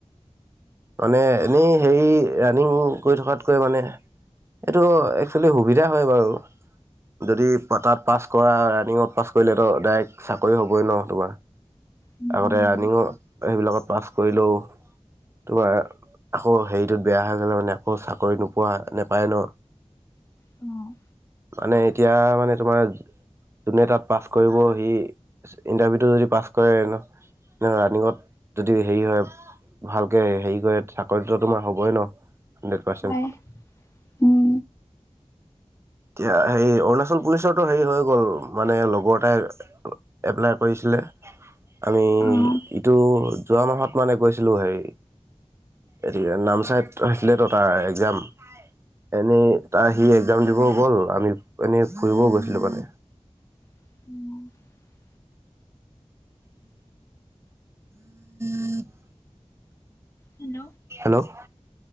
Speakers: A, on the right; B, on the left.
A: মানে এনেই সেই ৰাণিং কৰি থকাতকৈ মানে এইটো এইফালে সুবিধা হয় বাৰু। যদি তাত পাছ কৰা ৰানিংত পাছ কৰিলে তো ডাইৰেক্ট চাকৰি হ'বই ন তোমাৰ।
B: উম
A: আগতে
B: উম
A: ৰানিঙত সেইবিলাকত পাছ কৰিলেওঁ, তোমাৰ আকৌ হেৰিটোত বেয়া হৈ গ'লে মানে আকৌ চাকৰি নোপোৱা নাপায় ন।
B: অ'।
A: মানে এতিয়া মানে তোমাৰ যোনে তাত পাছ কৰিব সি ইণ্টাৰভিউটো যদি পাছ কৰে ন ৰানিঙত যদি হেৰি হয়, ভালকে হেৰি কৰে চাকৰিটোতো তোমাৰ হ'বই ন। হাণ্ড্ৰেড পাৰ্চেণ্ট।
B: হয়। উম
A: এতিয়া হেই অৰুণাচল পুলিচৰটো হেৰি হৈ গ'ল মানে লগৰ এটাই এপ্লাই কৰিছিল। লে আমি
B: অ'
A: ইটো যোৱামাহত মানে গৈছিলোঁ হেৰি এতিয়া নামচাইত আছিলেতো তাৰ এক্জাম। এনেই তাই সি এক্জাম দিব ব'ল আমি এনেই ফুৰিবও গৈছিলোঁ মানে।
B: <unintelligible>
A: <inaudible>
B: হেল্ল'।
A: হেল্ল'।